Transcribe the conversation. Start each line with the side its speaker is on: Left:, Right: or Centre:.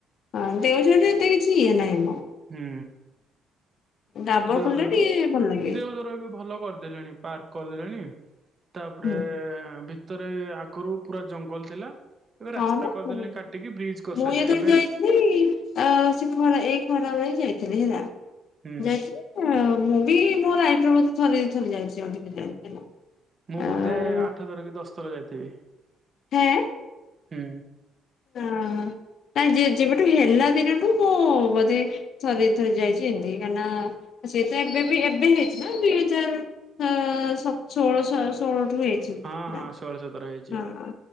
Left: ହଁ ଦେଉଝରି ରେ ଏତେ କିଛି ଇଏ ନାହିଁ ମ।
Right: ହୁଁ।
Left: ଡାବର
Right: ଦେଓଝର
Left: ଖୋଲଟା ଟିକେ ଭଲ ଲାଗେ
Right: ଦେଓଝର ଏବେ ଭଲ କରିଦେଲେଣି ପାର୍କ। କରିଦେଲେଣି। ତାପରେ
Left: ହୁଁ
Right: ଭି ଭିତରେ ଆଗରୁ ପୁରା ଜଙ୍ଗଲ ଥିଲା। ଏବେ
Left: ହଁ
Right: ରାସ୍ତା
Left: ବା
Right: କରିଦେଲେଣି
Left: ମୁ <unintelligible>
Right: କାଟିକି ବ୍ରିଜ କରିସାରିଲେଣି
Left: ମୁଁ ଯେତେବେଳେ
Right: ଏବେ
Left: ଯାଇଥିଲି ସେ ଖରା ଏଇ ଖରା ବେଳେ ଯାଇ ଥିଲି ହେଲା।
Right: ହୁଁ
Left: ଯାଇଥିଲ ମୁଁ ବି ମୋ <unintelligible> ଥରେ ଦି ଥର ଯାଇଚି ଅଧିକ ଯାଇନି ହେଲା।
Right: ମୁଁ
Left: ଆଁ
Right: ବୋଧେ ଆଠ ଥର କିି ଦଶ ଥର ଯାଇଥିବି।
Left: ହେଁ।
Right: ହୁଁ।
Left: ଅ ନାଇ ଯେବେଠୁ ହେଲା ଦିନଠୁ ମୁଁ ବୋଧେ ଥରେ ଦି ଥରି ଯାଇଛି ଏମିତି କାହିଁକି ନା ସେ ତ ଏବେ ବି ଏବେ ହେଇଛି ନା ଦୁଇ ହଜାର ସ ଷୋଳ ଷୋହଳ ହେଇଛି ହେଲା
Right: ହଁ ହଁ ଷୋଳ ସତର ହେଇଚି
Left: ହଁ।